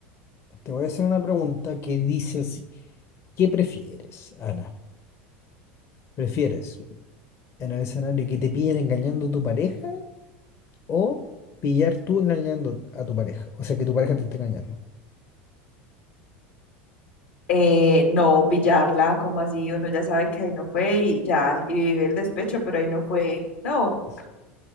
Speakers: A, on the left; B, on the left.
A: te voy a hacer una pregunta que dice así. ¿Qué prefieres, Ana? ¿Prefieres en el escenario que te pillen engañando a tu pareja? O pillar tú engañando a tu pareja. O sea, que tu pareja te esté engañando.
B: Eh, no pillarla, como así, uno ya sabe que ahí no fue y ya, y vive el despecho, pero ahí no fue. No,
A: Eso.